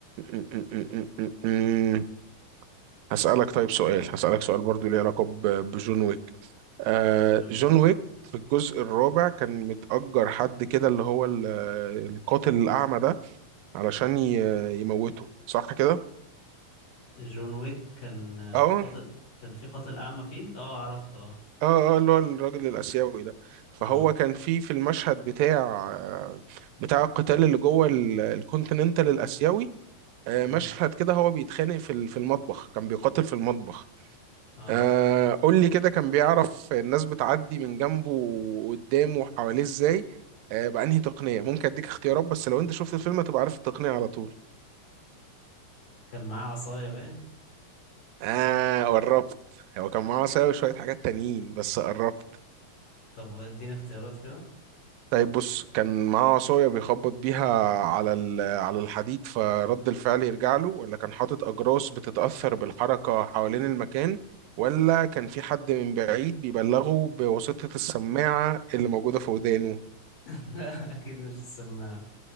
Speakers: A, on the right (about 85°); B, on the left (about 70°).
A: م- م- م- م- م. هسألك طيب سؤال هسألك سؤال برضو ليه علاقة ب- بجون ويك آه
B: قول يا باشا
A: جون ويك في الجزء الرابع كان متأجر حد كده اللي هو ال- القاتل الأعمى ده علشان ي- يموته صح كده؟
B: جون ويك كان في
A: اه
B: قاتل كان في قاتل أعمى فيه اه عرفته اه
A: اه اه اللي هو الراجل الآسيوي ده فهو
B: اه
A: كان في في المشهد بتاع بتاع القتال اللي جوه ال- الكونتيننتال الآسيوي آه،
B: مم.
A: مشهد كده هو بيتخانق في ال- في المطبخ كان بيقاتل في المطبخ
B: اه
A: آه قول لي كده كان بيعرف الناس بتعدي من جنبه وقدامه وحواليه ازاي آه بأنهي تقنية ممكن اديك اختيارات بس لو انت شفت الفيلم هتبقى عارف التقنية على طول
B: كان معاه عصاية باين
A: اه قربت هو كان معاه عصاية وشوية حاجات تانيين بس قربت
B: طب اديني اختيارات كده
A: طيب بص كان معاه عصاية بيخبط بيها على ال- على الحديد فرد الفعل يرجع له ولا كان حاطط أجراس بتتأثر بالحركة حوالين المكان ولا كان في حد من بعيد بيبلغه بواسطة السماعة اللي موجودة في ودانه
B: <laughs> اكيد مش السماعة